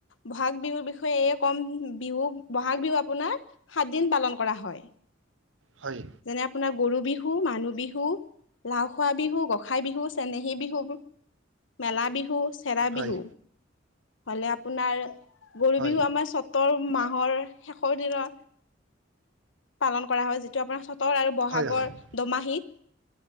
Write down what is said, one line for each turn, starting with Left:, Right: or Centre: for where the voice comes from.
Left: বহাগ বিহুৰ বিষয়ে এইয়ে কম, বিহু বহাগ বিহু আপোনাৰ সাত দিন পালন কৰা হয়।
Right: হয়।
Left: যেনে আপোনাৰ গৰু বিহু, মানুহ বিহু। লাও খোৱা বিহু, গোঁসাই বিহু, চেনেহী বিহু, মেলা বিহু। চেৰা
Right: হয়
Left: বিহু, হলে আপোনাৰ গৰু
Right: হয়
Left: বিহু আমাৰ <unintelligible> মাহৰ শেষৰ দিনা পালন কৰা হয়, যেতি <unintelligible> চতৰ আৰু বহাগৰ
Right: হয় হয় হয়
Left: দোমাহিত।